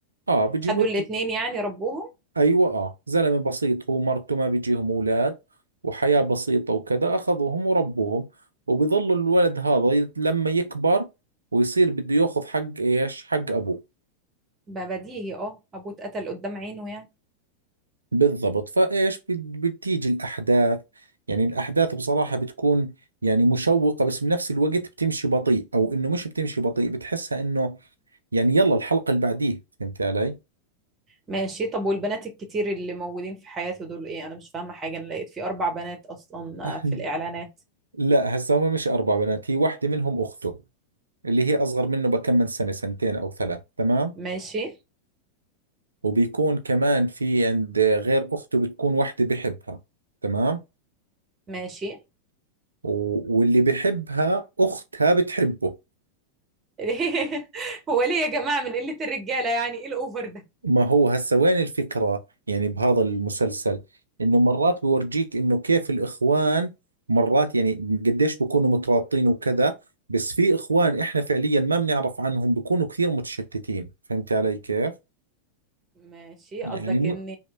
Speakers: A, on the right; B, on the right.
A: آه بيجيبوا
B: خدوا
A: لك
B: الاتنين يعني ربوهم
A: ايوه اه زلمه بسيط هو مرته ما بيجيهم اولاد وحياه بسيطه وكذا اخذوهم وربوهم وبيظل الولد هذا ي- لما يكبر ويصير بده ياخذ حق ايش حق ابوه
B: ما بديهي اه أبوه اتقتل قدام عينه يعني
A: بالضبط فايش بت- بتيجي الاحداث يعني الاحداث بصراحه بتكون يعني مشوقه بس بنفس الوقت بتمشي بطيء او انه مش بتمشي بطيء بتحسها انه يعني يلا الحلقه اللي بعديها فهمت علي
B: ماشي طب والبنات الكتير اللي موجودين في حياته دول ايه أنا مش فاهمة حاجة أنا لقيت في أربع بنات أصلا
A: <laughs>
B: آه، في الإعلانات
A: لا هسا هم مش اربع بنات هي واحده منهم اخته اللي هي أصغر منه بكم من سنة سنتين أو ثلاث تمام
B: ماشي
A: وبيكون كمان في عند غير أخته بتكون وحدة بحبها تمام
B: ماشي
A: و- واللي بحبها أختها بتحبه
B: <laughs> هو ليه يا جماعة من قلة الرجالة يعني ايه الأوفر ده
A: ما هو هسا وين الفكرة يعني بهذا المسلسل إنه مرات بورجيك إنه كيف الإخوان مرات يعني قديش بكونوا مترابطين وكذا بس في إخوان إحنا فعليا ما بنعرف عنهم بكونوا كثير متشتتين فهمت علي كيف؟
B: ماشي
A: يعني
B: قصدك
A: م...
B: ان